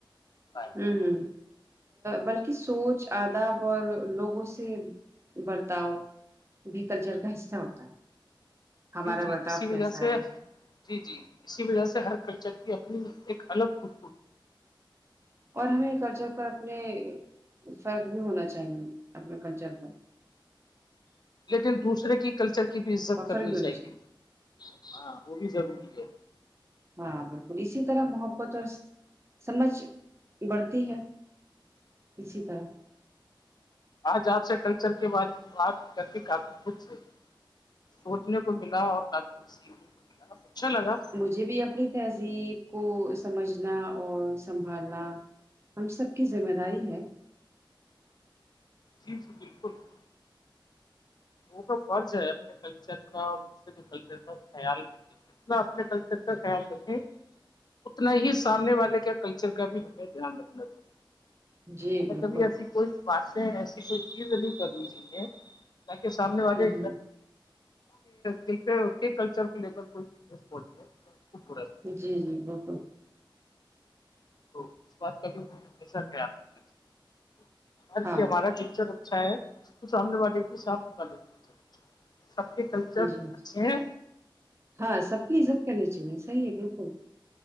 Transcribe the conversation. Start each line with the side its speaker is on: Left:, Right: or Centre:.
Left: ہے
Right: ہوں ہوں بلکہ سوچ آداب اور لوگوں سے برتاؤ بھی کلچر کا حصہ ہوتا ہمارا
Left: جی جی
Right: برتاؤ
Left: اسی
Right: کیسا
Left: وجہ سے
Right: ہے
Left: جی جی اسی وجہ سے ہر کلچر کی اپنی ایک الگ خوب
Right: اور ہمیں کلچر پر اپنے فرق بھی ہونا چاہیے اپنے کلچر پر
Left: لیکن دوسرے کی کلچر کی بھی عزت
Right: فخر
Left: کرنی
Right: بھی ہونا
Left: چاہیے ہاں وہ بھی ضروری ہے
Right: ہاں بالکل اسی طرح محبت اور سمجھ بڑھتی ہے اسی طرح
Left: آج آپ سے کلچر کے بارے میں بات کر کے کافی خوش تھی سوچنے کو ملا اورق سیکھنے کو ملا اچھا لگا
Right: ج بھی اپنی تہذیب کو سمجھنا اور سنبھالنا ہم سب کی ذمہ داری ہے
Left: جی جی بالکل <inaudible> لوگوں کا فرض ہے اپنے کلچر کا اور دوسرے کے کلچر کا خیال رکھ کے اپنا اپنے کلچر کا خیال رکھیں اتنا ہی سامنے والے کا کلچر کا بھی ہمیں دھیان رکھنا چاہیے
Right: جی
Left: ہمیں
Right: بالکل
Left: کبھی ایسی کوئی باتیں ایسی کوئی چیز نہیں کرنی چاہیے تاکہ سامنے والے
Right: ہ ہ
Left: دل پ کے کلچر کو لے کوئی پہنچا
Right: جی جی بالکل
Left: تو اس بات کا بھی ہمیشہ خیال رکھنا
Right: ہاں
Left: یہ ہمارا ٹیچر اچ شاید سامنے والے کہ سامنے والے کلچر سب کے کلچر
Right: جی
Left: اچھے ہیں
Right: ہاں سب کی عزت کرنی چاہیے صحیح ہے بالکل